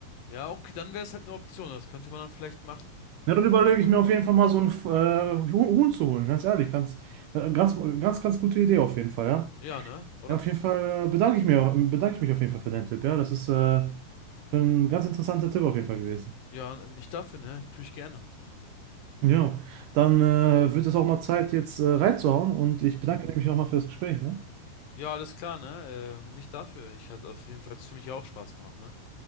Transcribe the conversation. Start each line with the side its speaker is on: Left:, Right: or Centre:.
Left: Ja, okay, dann wäre es halt eine Option, das könnte man dann vielleicht machen.
Right: Ja, dann überlege ich mir auf jeden Fall mal so einen äh, Huhn Huhn zu holen, ganz ehrlich. Ganz, äh, ganz, ganz, ganz gute Idee auf jeden Fall, ja.
Left: Ja, ne, oder?
Right: Ja, auf jeden Fall äh, bedanke ich mir, bedanke ich mich auf jeden Fall für deinen Tipp, ja. Das ist äh, ein ganz interessanter Tipp auf jeden Fall gewesen.
Left: Ja, nicht dafür, ne? Tue ich gerne.
Right: Ja, dann äh, wird es auch mal Zeit, jetzt äh, reinzuhauen und ich bedanke mich nochmal für das Gespräch, ne?
Left: Ja, alles klar, ne? Ähm, nicht dafür. Ich hatte auf jeden Fall für mich auch Spaß gemacht, ne?